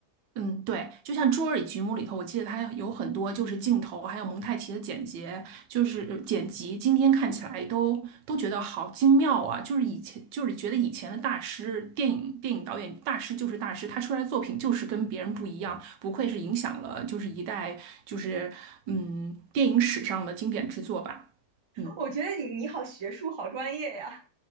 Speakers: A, on the right; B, on the right.
A: 嗯，对，就像《侏罗纪节目》里头，我记得它有很多就是镜头，还有蒙太奇的剪辑，就是呃剪辑。今天看起来都都觉得好精妙啊！就是以前就是觉得以前的大师，电影电影导演大师就是大师，他出来的作品就是跟别人不一样，不愧是影响了就是一代就是嗯电影史上的经典之作吧。嗯。
B: 我觉得你你好学术，好专业呀。